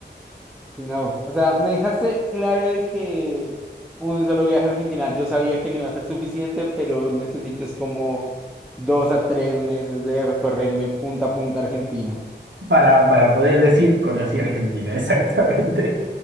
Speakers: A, in the centre; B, on the right (about 80°).
A: Y No, o sea, me dejaste claro de que un solo viaje a Argentina, yo sabía que no iba a ser suficiente, pero necesito es como dos a tres meses de recorrerme punta a punta Argentina.
B: Para, para poder decir, conocí Argentina, <laughs> exactamente.